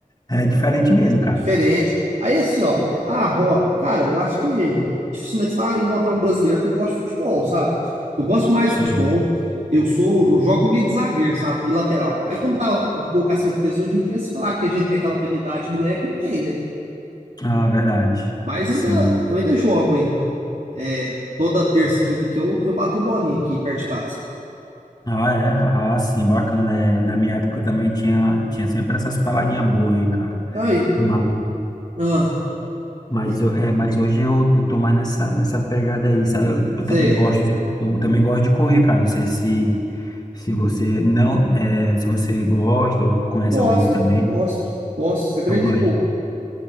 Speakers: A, on the left (about 30°); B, on the right (about 55°).
A: é diferente mesmo, cara.
B: Diferente. Aí, assim, ó, é, ah, Robin, cara, eu acho que dificilmente você vai encontrar um brasileiro que não gosta de futebol, sabe? Eu gosto mais
A: Sim.
B: de futebol. Eu sou, eu jogo meio de zagueiro, sabe? E lateral. Aí, como tá um pouco acima do peso hoje em dia, se falar que a gente tem aquela habilidade, moleque, não tem, né?
A: Ah, verdade.
B: Mas
A: Sim.
B: ainda, eu ainda jogo ainda. É, toda terça e quinta que eu, eu bato um bolinho aqui perto de casa.
A: Ah, é? Ah, sim, bacana. É, na minha época eu também tinha, tinha sempre essas paladinhas boas aí, cara.
B: Aí,
A: Mas
B: ah,
A: Mas,
B: e-
A: eu- é, mas hoje eu, eu tô mais nessa, nessa pegada aí, sabe? Eu,
B: sei,
A: eu também gosto de, eu também gosto de correr, cara. Não sei se, se você não, é, se você gosta ou conhece
B: gosto,
A: alguém também.
B: gosto, gosto. Você acredita
A: Eu gosto,
B: que eu,